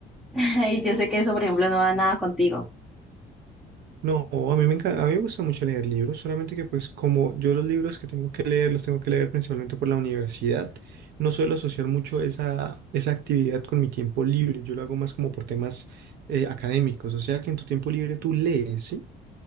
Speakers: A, in the centre; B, on the right (about 75°).
A: <laughs> Y yo sé que eso, por ejemplo, no va nada contigo.
B: No, a mí me encanta, a mí me gusta mucho leer libros, solamente que pues como yo los libros que tengo que leer los tengo que leer principalmente por la universidad, no suelo asociar mucho esa, esa actividad con mi tiempo libre, yo lo hago más como por temas eh, académicos, o sea que en tu tiempo libre tú lees, ¿sí?